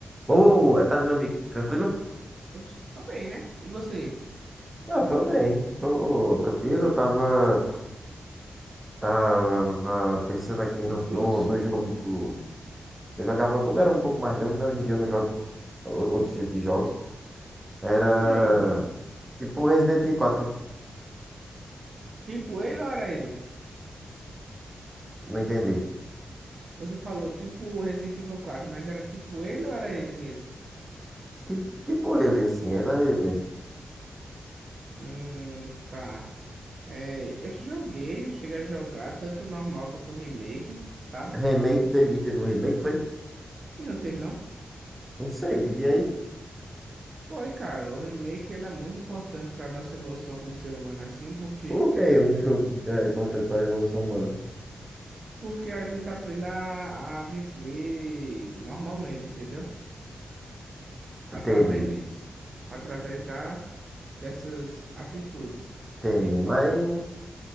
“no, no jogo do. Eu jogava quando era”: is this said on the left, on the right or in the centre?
Right